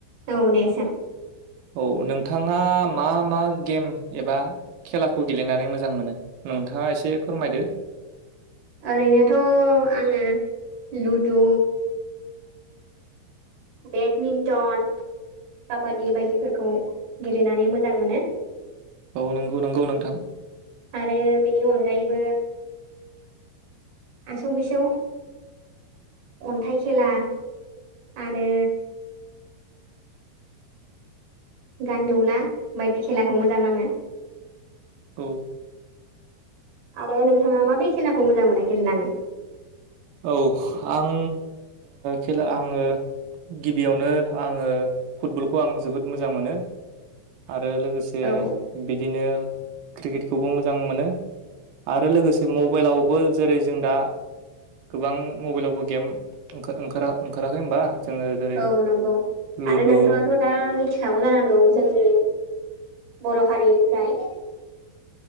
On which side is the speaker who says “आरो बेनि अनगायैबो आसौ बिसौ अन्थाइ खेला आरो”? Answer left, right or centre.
Right